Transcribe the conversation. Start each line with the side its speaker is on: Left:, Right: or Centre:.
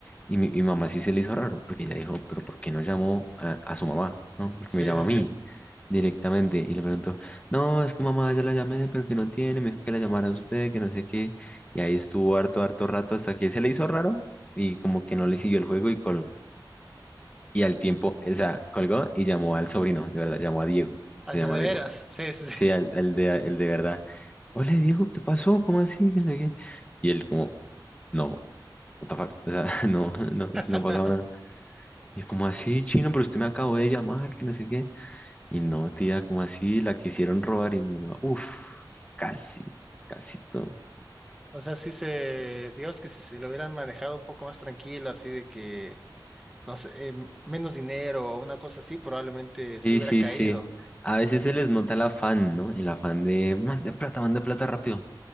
Left: Y mi, y mamá sí se le hizo raro, porque ella dijo, pero ¿por qué no llamó a, a su mamá? ¿No? Porque
Centre: Sí,
Left: me llama
Centre: sí,
Left: a
Centre: sí.
Left: mí directamente y le preguntó, no, es que mamá ya la llamé, pero que no tiene, me dijo que la llamara a usted, que no sé qué. Y ahí estuvo harto, harto rato hasta que se le hizo raro y como que no le siguió el juego y colgó. Y al tiempo, o sea, colgó y llamó al sobrino, de verdad, llamó a Diego,
Centre: Al
Left: se llama
Centre: de de
Left: Diego.
Centre: veras, sí, sí, sí.
Left: Sí, al, al de, el de verdad. Hola Diego, ¿qué pasó? ¿Cómo así? Que no sé qué". Y él como, no what the fuck, o sea, <laughs> no, no,
Centre: <laughs>
Left: aquí no ha pasado nada. Y como así, chino, pero usted me acabó de llamar, que no sé qué. Y no, tía, como así, la quisieron robar y mi mamá, uff, casi, casi todo.
Centre: O sea, sí se, digamos que si se lo hubieran manejado un poco más tranquilo, así de que, no sé, eh, menos dinero o una cosa así, probablemente se
Left: Sí,
Centre: hubiera
Left: sí,
Centre: caído.
Left: sí. A veces se les nota el afán, ¿no? El afán de, mande plata, mande plata rápido.